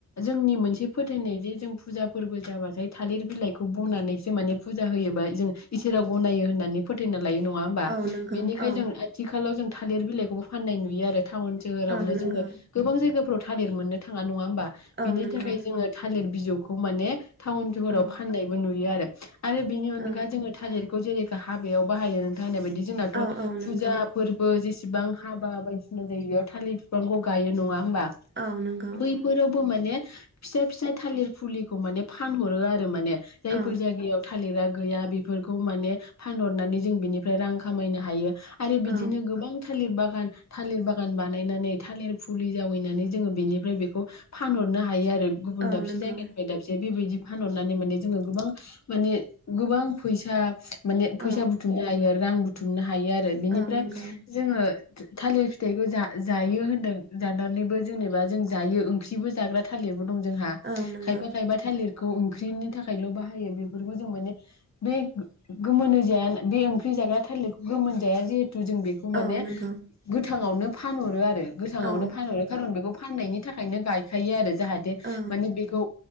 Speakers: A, on the left; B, on the right.
A: जोंनि मोनसे फोथायनाय जे जों फुजा फोरबो जाबाथाय थालिर बिलाइखौ बनानैसो माने फुजा होयोबा जों इसोरा गनायो होननानै फोथायना लायो नङा होमबा?
B: औ नंगौ
A: बिनिखाय
B: औ
A: जों आथिखालाव जों थालिर बिलाइखौबो फाननाय नुयो आरो टाउन सोहोरावनो
B: औ नंगौ
A: जोङो गोबां जायगाफ्राव थालिर मोननो थाङा नङा होम बा?
B: औ
A: बिनि
B: नंगौ
A: थाखाय जोङो थालिर बिजौ खौ माने टाउन सहराव
B: औ
A: फाननायबो नुयो आरो । <inaudible> आरो बेनि अनगा
B: औ
A: जोङो थालिरखौ जेरै हाबायाव बाहायो नोंथां होननाय बाय दि जोंनाथ
B: औ नंगौ
A: फुजा, फोरबो जेसे बां हाबा बायदिसिना जायो बेयाव थालिर बिफांखौ गायो नङा होमबा?
B: औ नंगौ
A: बैफोरावबो माने फिसा फिसा थालिर फुलि खौ माने फानहरो आरो माने । जायफोर
B: औ
A: जायगायाव थालिरा गैया बेफोरखौ माने फानहरनानै जों बिनिफ्राय रां खामायनो हायो। आरो बिदिनो
B: औ
A: गोबां थालिर बा बागान थालिर बागान बानायनानै थालिर फुलि जावैनानै जोङो बेनिफ्राय बेखौ फानहरनो हायो आ रो गुबुन
B: औ
A: दाबसे
B: नंगौ
A: जायगायाव बेबायदि फानहरनानै माने जोङो गोबां माने गोबां फैसा माने
B: औ
A: फैसा बुथुमनो हायो आरो रां बुथुम <unintelligible> हायो आरो बिनिफ्राय
B: औ नंगौ
A: जोङो थालिर फिथाइखौ जा-जायो होन्दों जानानैबो जेनेबा जों जायो ओंख्रिबो जाग्रा थालि दं जोंहा
B: औ नंगौ
A: खायफा खायबा थालिर खौ ओंख्रिनि थाखायल' बाहायो बेफोरखौ जों माने बे गोमोनोजाया बे ओंख्रि जाग्रा थालिरखौ गोमोन जाया जिहेत तु जों बेखौ माने
B: औ नंगौ
A: गोथ थाङावनो फानहरो आरो। गोथाङावनो
B: औ
A: फानहरो खारन बेखौ फाननायनि थाखायनो गायखायो आरो। जाहाथे
B: औ
A: मानि बेखौ